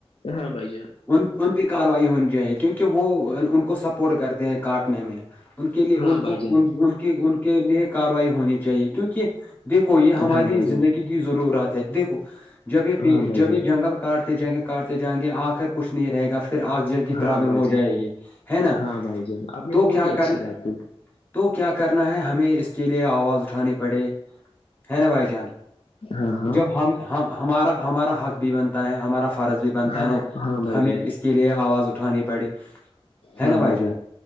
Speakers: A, on the left; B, on the left.
A: ہاں بھائی جان
B: ان ان پہ کاروائی ہونی چاہیے کیونکہ وہ ان کو سپورٹ کرتے ہیں کاٹنے میں ان کے لیے
A: ہاں
B: ان
A: بھائی
B: کو
A: جان
B: ان کی ان کے لیے کاروائی ہونی چاہیے کیونکہ دیکھو یہ ہماری
A: ہاں بھائی جان
B: زندگی کی ضرورت ہے دیکھو جب یہ
A: ہاں بھائی
B: جب
A: جان
B: یہ جنگل کاٹتے جائیں گے کاٹتے جائیں گے آخر کچھ نہیں رہے گاھر پھر آکسیجن کی پروابلم
A: ہاں بھائی
B: ہو
A: جان
B: جائے گی ہے نا
A: ہاں بھائی جان آپ نے
B: تو
A: بہت
B: کیا
A: ہی اچھی
B: کرنا
A: بات کی
B: تو کیا کرنا ہے ہمیں اس کے لیے آواز اٹھانی پڑے ہے نا بھائی جان
A: ہاں ہاں
B: جب ہم ہمارا ہمارا حق بھی بنتا ہے ہمارا فرض بھی بنتا
A: ہاں
B: ہے
A: ہاں
B: تو
A: بھائی
B: ہمیں
A: جان
B: اس کے لیے آواز اٹھانی پڑی ہے
A: ہاں
B: نا
A: بھائیی
B: بھائی جان